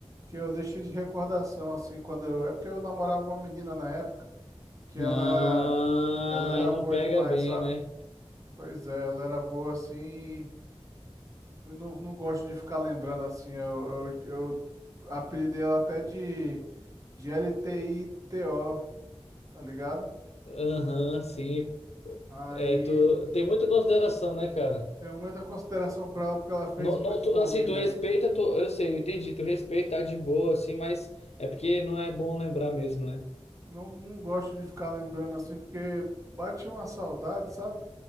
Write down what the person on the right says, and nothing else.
que eu deixei de recordação, assim, quando eu. É porque eu namorava uma menina na época que ela,
ela era
boa
demais,
sabe?
Pois é, ela era boa assim. Eu não, não gosto de ficar lembrando assim. Eu, eu, eu apelidei ela até de, de L T T I T O, tá ligado?
Aí
tenho muita consideração por ela porque ela fez
muito
por
mim,
velho.
Não, não gosto de ficar lembrando assim, porque bate uma saudade, sabe?